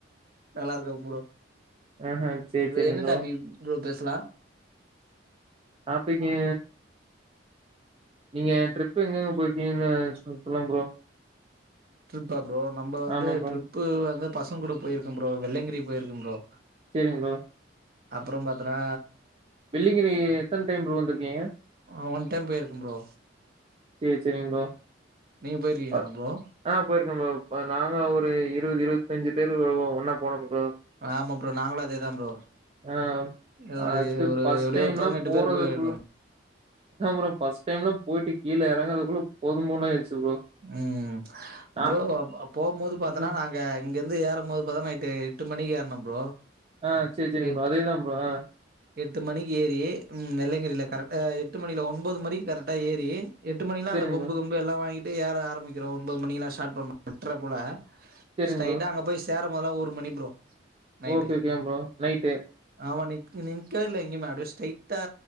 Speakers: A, on the right; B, on the right.
A: நல்லா இருக்கங்க ப்ரோ
B: ஆஹ சேரி
A: இப்ப
B: சேரிங்க
A: என்ன
B: ப்ரோ
A: டாபிக் ப்ரோ பேசலா
B: டாப்பிக்கு நீங்க ட்ரிப் எங்கெங்க போயிருக்கீங்கன்னு சொ சொல்லுங்க ப்ரோ
A: ட்ரிப்பா ப்ரோ நம்ம வந்து
B: ஆமா ப்ரோ
A: ட்ரிப் ப்பு வந்து பசங்க கூட போயிருக்கே ப்ரோ வெள்ளங்கிரி போயிருக்கே ப்ரோ
B: சேரிங்க ப்ரோ
A: அப்றோ பாத்தனா
B: வெள்ளிங்கிரி எத்தன் டைம் ப்ரோ வந்திருக்கீங்க
A: ஆ ஒன் டைம் போயிருக்கே ப்ரோ
B: சேர் சேரிங்க ப்ரோ
A: நீங்க போயிருக்கீங்ளா
B: அ-
A: ப்ரோ
B: ஆ போயிருக்கே ப்ரோ நாங்க ஒரு இருவது இருவத்தஞ்சு பேரு வருவோ ஒன்னா போனோ ப்ரோ
A: ஆமா ப்ரோ நாங்களு அதே தா ப்ரோ
B: ஆ
A: ஒரு
B: அத்து
A: ஒரு
B: ஃபர்ஸ்ட்
A: எப்டியு
B: டைம்ல்லா
A: ஒரு பதினெட்டு
B: போறதுக்குள்
A: பேர் போயிருக்கோ
B: ஆ ப்ரோ ஃபர்ஸ்ட் டைம்லா போயிட்டு கீழ எறங்கருதுக்குள்ள போது போதுனு ஆயிடுச்சு ப்ரோ
A: ம்
B: நா
A: ப்ரோ அப் போம் போது பாத்தேன்னா
B: ஓகே.
A: நாங்க இங்க வந்து ஏறபோது பாத்தா நைட்டு எட்டு மணிக்கு ஏற்ன ப்ரோ
B: ஆ சேர் சேரிங்
A: எட்
B: ப்ரோ அதேதா ப்ரோ ஆ
A: எட்டு மணிக்கி ஏறி ம் வெள்ளியங்கிரில கரெக்டா எட்டு மணியில ஒன்பது மணி கரெக்டா ஏறி எட்டு மணிக்லா
B: சேரிங்க
A: அந்த கொம்பு
B: ப்ரோ
A: கிம்பு எல்லா வாங்கிட்டு ஏற ஆரமிக்கிறோ ஒன்பது மணிக்லா ஸ்டார்ட் பண்றோ எட்ற போல
B: சேரிங்க
A: ஸ்ட்ரைட்டா
B: ப்ரோ
A: அங்க போய் சேர போதுல்லா ஒரு மணி ப்ரோ நைட்டு
B: ஓகே ஓகேங் ப்ரோ நைட்டு
A: ஆமா நிக் நிக்கவே இல்ல எங்கயுமே அப்டியே ஸ்ட்ரைட்டா